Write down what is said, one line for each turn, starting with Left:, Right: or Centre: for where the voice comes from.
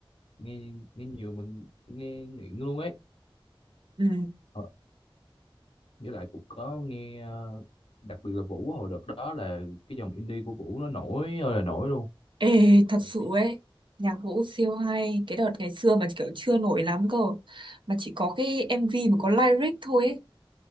Left: nghe nghe nhiều mình nghe nghiện luôn ấy
Right: Ừ.
Left: Ờ, với lại cũng có nghe ờ, đặc biệt là Vũ hồi đợt đó là cái dòng indie của Vũ nó nổi ơi là nổi luôn
Right: Ê,
Left: ở
Right: thật sự
Left: Mỹ
Right: ấy nhạc vũ siêu hay cái đợt ngày xưa mà kiểu chưa nổi lắm cơ mà chỉ có cái MV mà có lyric thôi ấy